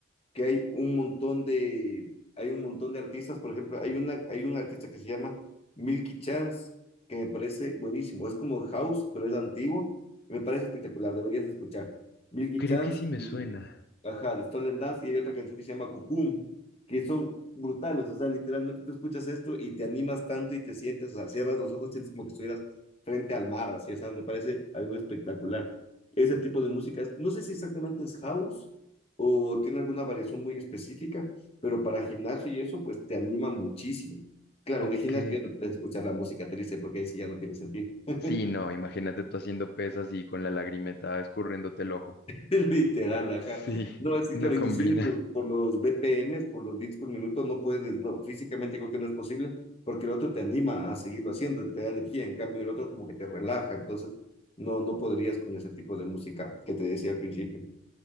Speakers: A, on the left (about 30°); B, on the left (about 50°).
A: que hay un montón de, hay un montón de artistas, por ejemplo, hay una, hay un artista que se llama Milky Chance, que me parece buenísimo, es como house, pero es antiguo, y me parece espectacular, deberías escuchar. Milky
B: Creo
A: Chance
B: que sí me suena.
A: ajá, de Stolen Dance, y hay otra canción que se llama Cucum, que son brutales, o sea, literalmente tú escuchas esto y te animas tanto y te sientes, o sea, cierras los ojos, sientes como que estuvieras frente al mar, así, o sea, me parece algo espectacular. Ese tipo de música, es- no sé si exactamente es house o tiene alguna variación muy específica, pero para gimnasio y eso, pues te anima muchísimo. Claro,
B: Ok.
A: en el gimnasio ya no puedes escuchar la música triste porque ahí sí ya no tiene sentido. <laughs>
B: Sí, no, imagínate tú haciendo pesas y con la lagrimeta escurriéndote el ojo.
A: <laughs> Literal, ajá.
B: Sí,
A: No, sí,
B: no
A: claro,
B: combina.
A: inclusive por, por los BPMs, por los bits por minuto, no puedes, no, físicamente creo que no es posible, porque el otro te anima a seguirlo haciendo, te da energía, en cambio el otro como que te relaja, entonces no, no podrías con ese tipo de música que te decía al principio.